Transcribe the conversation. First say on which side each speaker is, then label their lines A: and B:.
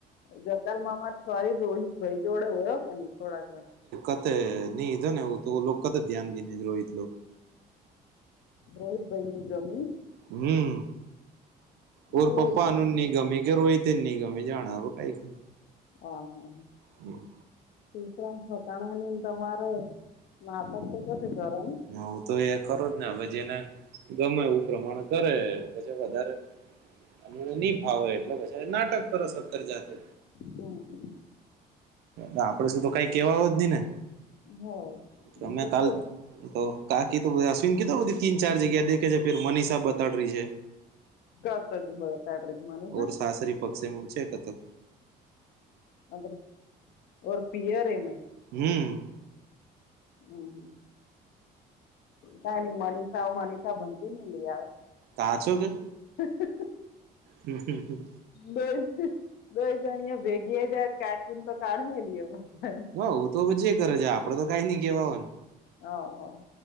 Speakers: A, on the left (about 70°); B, on the right (about 70°).
A: જંગલમાંમા છવારી રોહિત ભાઈ જોડે હોયો કે નહી થોડાક.
B: કતે નહી ધો ને એવું તો કતે ધ્યાન દઈને રોહિત લો.
A: રોહિત ભઈ ને ગમિયું?
B: હમ્મ, ઔર
A: રોહિતભાઈ
B: પપ્પા હું નન ની. ગમી કે રોઈ તની ગમે જાના હવે કાંઈક
A: હ હા હા.
B: હમ્મ.
A: શું વિશરામ થઠકાણાની તમારે નાટક તો કછી કરે નહીં.
B: ના હું તો એ ખરો જ ને હવે જેને ગમેવું પ્રમાણે કરે પછી વધારે અને હું નહી ફાવો એટલે પછી નાટક કરો સત્તર જાતે.
A: હમ, હમ.
B: એ આપડે સુું તો કઈ કેવાય જ નહી ને
A: હો
B: તમે
A: એ તો
B: કાલ
A: છે
B: તો કાકી તો આ <unintelligible> તો તીન ચાર જગ્યા એ દેખે છે ફિર મનીષા બતાડ રહી હૈ.
A: ક કર દે બધ
B: ઓર
A: <inaudible>
B: સાસરી પક્ષેમું છે કથું.
A: અદ્ર ઓર પીયર એમાંય
B: હમ્મ.
A: હમ્મ હામ કઈ નઈ મનીષાઓ મનીષા ભનતી ને લઈ આવ.
B: કાચું કે
A: હે, હે, હે.
B: હામ, હામ, હામ.
A: બોલ હું બોલ જણીએ ભેગી જત કાકીમ તો કાઢને લ્યો હા.
B: હા હું તો મજે કરે જ આપડે તો કઈ નઈ કેહેવાય
A: હા હા.